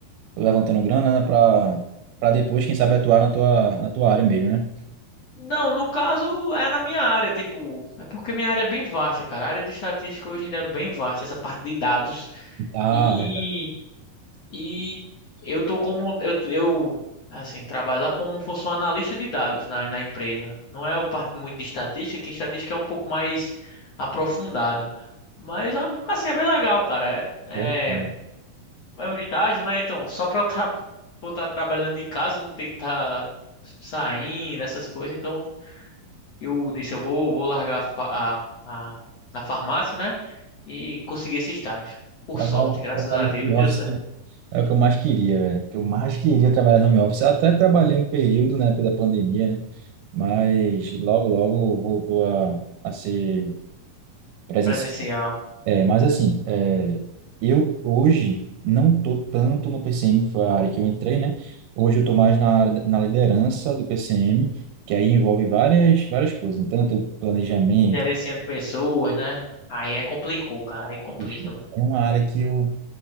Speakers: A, on the right (about 75°); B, on the left (about 50°).
A: levantando grana, né? Pra, pra depois, quem sabe, atuar na tua, na tua área mesmo, né?
B: Não, no caso é na minha área, tipo, é porque minha área é bem vasta, cara. A área de estatística hoje em dia é bem vasta, essa parte de dados.
A: Ah,
B: E,
A: verdade.
B: e eu tô como, eu, eu, assim, trabalho lá como se fosse um analista de dados na, na empresa. Não é o parte muito de estatística, que estatística é um pouco mais aprofundado. Mas, a- assim, é bem legal, cara. É,
A: Show. de bola.
B: é é um estágio, né? Então, só pra eu estar <laughs> trabalhando de casa, não tem que estar saindo, essas coisas, então eu disse, eu vou, vou largar a, fa- a, a, a farmácia, né? E consegui esse estágio. Por
A: Trabalhar,
B: sorte, graças
A: trabalhar
B: a
A: de
B: Deus,
A: home office
B: deu certo.
A: é o que eu mais queria, velho. O que eu mais queria trabalhar no home office. Eu até trabalhei um período na época da pandemia, né? Mas logo, logo voltou a, a ser presencial.
B: Presencial.
A: É, mas assim, é, eu hoje não tô tanto no PCM, que foi a área que eu entrei, né? Hoje eu tô mais na, área da- na liderança do PCM, que aí envolve várias, várias coisas, né? tanto planejamento,
B: Gerenciando pessoas, né? Aí é complicou, cara. Aí complica,
A: enfim.
B: viu?
A: É uma área que eu